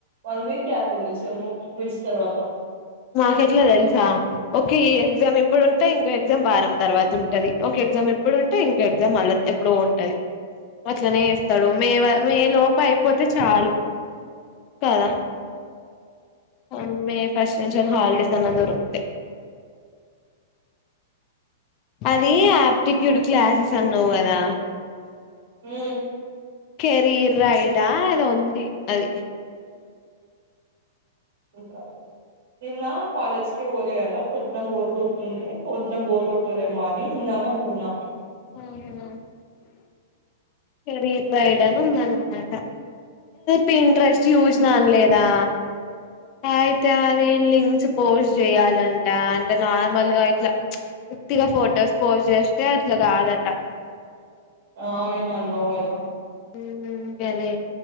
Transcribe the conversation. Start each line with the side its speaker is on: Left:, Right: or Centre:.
Right: వన్ వీక్ గ్యాప్ ఉంది సెమ్ మిడ్స్ తర్వాత
Left: మాకు ఎట్లా తెలుసా ఒకే ఈ ఎగ్జామ్ ఎప్పుడుంటే ఇంకో ఎగ్జామ్ వారం తర్వాత ఉంటది ఒక ఎగ్జామ్ ఇప్పుడుంటే ఇంకో ఎగ్జామ్ అల ఎప్పుడో ఉంటది అట్లనే వస్తాడు మే మే లోప అయిపోతే చాలు కదా అ మే నేన్ చాల హాలిడేస్ అన్నా దొరుకుతే అది యాప్టిట్యూడ్ క్లాసెస్ అన్నావు కదా
Right: మ్
Left: కేరీర్ రైడ్ ఆ ఏదో ఉంది అది
Right: నీకు రాదు ఎంద్ మా కాలేజ్ కి ఓలే కదా పొద్దున బోరు కొడుతుంది పొద్దున బోరు కొడుతాదేమో అని ఉందాం అనుకున్నా
Left: ఆ హ కెరీర్ రైడ్ అని ఉందనమాట పిన్ ట్రెస్ట్ చూసినా
Right: మ్మ్
Left: అనలేదా అయితే అది లింక్స్ పోస్ట్ చేయాలంట అంటే నార్మల్గా ఇట్లా పూర్తిగా ఫొటోస్ పోస్ట్ చేస్తే ట్ల గాదట
Right: ఆ నిన్న అన్నావు కదా
Left: ఊ <inaudible> గనే